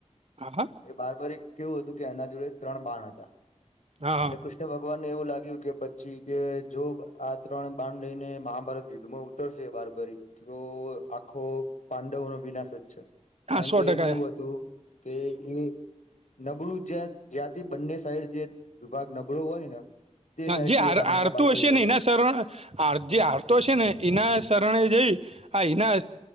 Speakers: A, on the right; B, on the left.
A: હા. હા.
B: એ બાર બર એક કેવું હતું કે એના જોડે ત્રણ બાણ હતા
A: હા હા
B: એટલે કુસ્ત કૃષ્ણ ભગવાન ને એવું લાગ્યું કે પછી કે જો આ ત્રણ બાણ લઈને મહાભારત યુધમાં ઉતરશે બારબારી. તો આખો પાંડવોનો વિનાશ જ છે. કારણ
A: હા સો
B: કે
A: ટકા
B: એ કેવું હતું કે એ નબળું જ્યાં જ્યાંથી બંને સાઈડ જે વિભાગ નબળો હોય ને. તે
A: હા,
B: સાઈડ
A: જે
B: થી
A: હાર
B: એક હંમેશા
A: હારતું
B: બારબરી
A: હશે
B: લડતા
A: ને એના શરણ જે હારતો હશે ને એના શરણે જઈ. હા એના